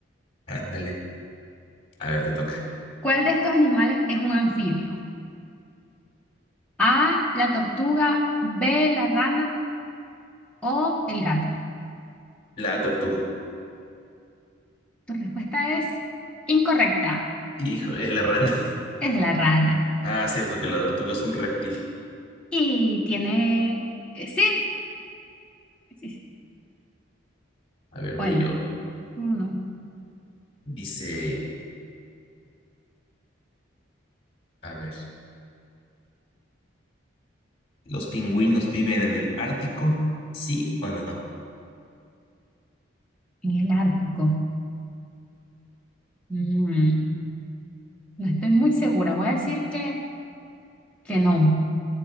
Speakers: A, on the left; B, in the centre.
A: ándale. A ver, te toca.
B: ¿Cuál de estos animales es un anfibio? A, la tortuga, B, la rana o el gato.
A: La tortuga.
B: Tu respuesta es incorrecta.
A: Hijo, es la rana. <laughs>
B: Es la rana.
A: Ah, cierto que la tortuga es un reptil.
B: Y tiene... eh, Sí, sí, sí.
A: A ver,
B: Bueno,
A: voy yo.
B: uno
A: Dice, a ver. ¿Los pingüinos viven en el Ártico? ¿Sí o no?
B: en el Ártico. Mm, no estoy muy segura. Voy a decir que Que no.